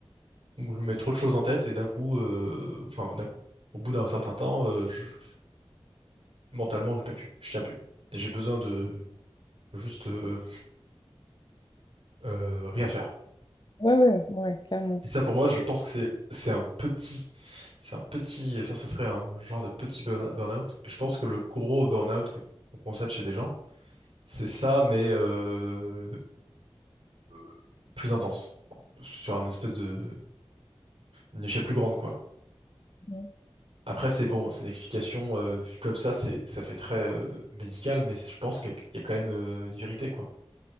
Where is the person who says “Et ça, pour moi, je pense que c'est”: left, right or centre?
Right